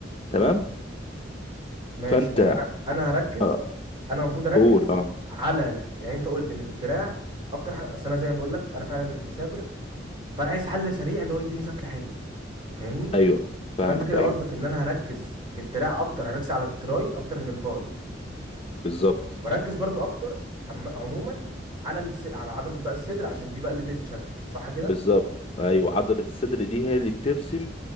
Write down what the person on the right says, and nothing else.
ماشي
يعني انا انا هركز
انا المفروض اركز
على يعني انت قلت ان في الدراع اكتر حاجه اصل انا زي ما بقول لك انا فعلا مسافر فانا عايز حل سريع اللي هو يديني شكل حلو انت فاهمني
فانت كده
قصدك ان انا هركز في الدراع اكتر هركز على التراي اكتر من الباي
واركز برضو اكتر عم... عموما على الس... على عضله بقى الصدر عشان دي بقى اللي تدي شكل صح كده